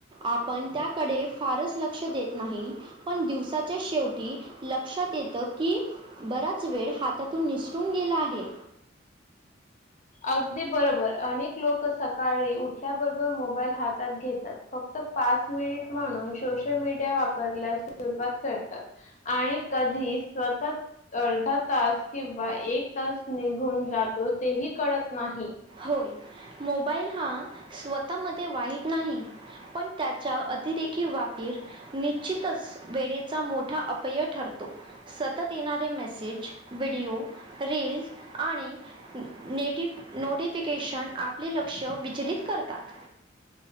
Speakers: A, on the right (about 25°); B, on the left (about 40°).
A: आपण त्याकडे फारच लक्ष देत नाही. पण दिवसा च्या शेवटी लक्षात येतं की, बराच वेळ हातातून निसटून गेला आहे.
B: अगदी बरोबर. अनेक लोक सकाळी उठल्याबरोबर मोबा ईल हातात घेतात. फक्त पाच मिनिट म्हणून सोशल मीडिया वापरायला सुरवात करतात. आणि कधी स्वतःच अर्धा तास किंवा एक तास निघून जातो. तेही कळत नाही.
A: होय, मोबाईल हा स्वतःमध्ये वाईट नाही. पण त्याच्या अतिरेकी वापर निश्चितच वेळेचा मोठा अपव्यय ठरतो. सतत येणारे मेसेज, व्हिडिओ, रील्स आणि नेटिव नोटिफिकेशन आपले लक्ष विचलित करतात.